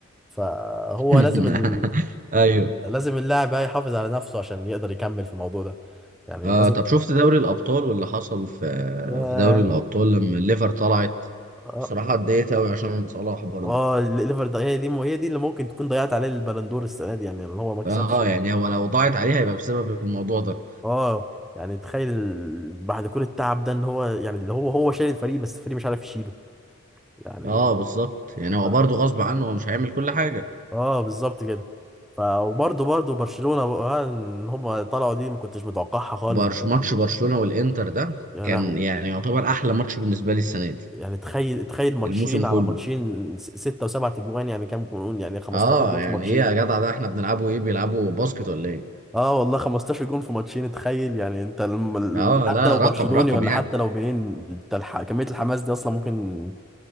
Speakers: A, in the centre; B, on the right.
A: فهو
B: <laughs>
A: لازم ال...
B: ايوه
A: لازم اللاعب بقى يحافظ على نفسه عشان يقدر يكمل في الموضوع ده يعني
B: آه
A: لازم
B: طب شفت دوري الابطال واللي حصل في
A: ياه
B: في دوري الابطال لما الليفر طلعت
A: اه
B: بصراحة اتضايقت قوي عشان صلاح برضه
A: آه، الليفر ده هي دي هي دي اللي ممكن تكون ضيعت عليه البلندور السنة دي يعني اللي هو ما كسبش
B: اه يعني هو لو ضاعت عليه هيبقى بسبب الموضوع ده
A: اه يعني تخيل بعد كل التعب ده ان هو يعني اللي هو هو شايل الفريق بس الفريق مش عارف يشيله يعني
B: اه بالظبط يعني هو
A: اه
B: برضه غصب عنه هو مش هيعمل كل حاجة
A: آه، بالظبط كده ف وبرضه برضه برشلونة بقى ان هم طلعوا دي ما كنتش متوقعها خالص
B: برش
A: بالذات
B: ماتش
A: في-
B: برشلونة والانتر ده
A: يا
B: كان
A: لهوي
B: يعني يعتبر احلى ماتش بالنسبة لي السنة دي
A: يعني تخيل تخيل ماتشين
B: الموسم كله
A: على ماتشين س- ستة وسبعة اجوان يعني كام جون يعني 15
B: اه
A: جون
B: يعني
A: في ماتشين
B: ايه يا جدع ده احنا بنلعبوا ايه بيلعبوا باسكت ولا ايه
A: اه والله 15 جون في ماتشين تخيل يعني انت الم... الم-
B: اه
A: حتى
B: لا
A: لو برشلوني
B: رقم رقم
A: ولا
B: يعني
A: حتى لو منين انت الح... كمية الحماس دي اصلا ممكن